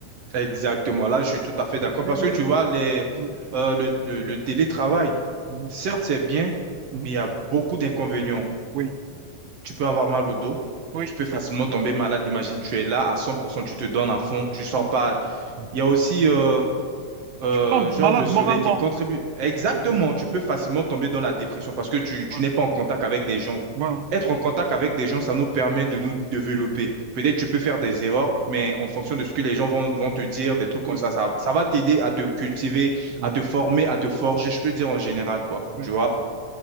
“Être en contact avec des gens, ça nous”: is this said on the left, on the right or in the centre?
Right